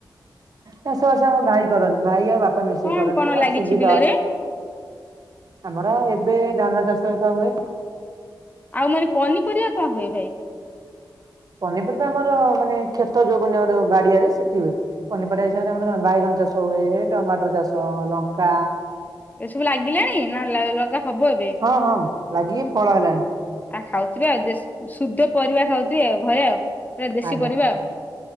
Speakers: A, on the right; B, on the left.
A: ଚାଷବାସ ଆମ ଭାଇ କରନ୍ତି। ଭାଇ ଆଉ ବାପା ମିଶେଇକି
B: କଣ
A: କରନ୍ତି
B: କଣ ଲାଗିଛି
A: ଅଛି ବିଲ।
B: ବିଲରେ?
A: ଆମର ଏବେ ଧାନ ଚାଷ ହରିକା ହୁଏ।
B: ଆଉ ମାନେ ପନିପରିବା କଣ ହୁଏ ଭାଇ?
A: ପନିପରିବା ଆମର ମାନେ କ୍ଷେତ ଯୋଉ କୁହନ୍ତି ଆମର ଯଉ ବାଡିଆରେ ସେଠି ହୁଏ ପନିପିବା ହିସାବରେ ଆମର ବାଇଗଣ ଚାଷ ହୁଏ ଟମାଟର ଚାଷ ଲଙ୍କା
B: ଏସବୁ ଲାଗିଲାଣି ନା ଲଲଗା ହବ ଏବେ?
A: ହଁ ହଁ ଲାଗିକି ଫଳ ହେଲାଣି
B: ଆଉ ଖାଉଥିବେ ଦେଶ୍ ଆଉ ଶୁଦ୍ଧ ପରିବା ଖାଉଥିବେ ଆଉ ଘରେ ଆଉ। ପୁରା ଦେଶୀ
A: ଆଜ୍ଞା
B: ପରିବା।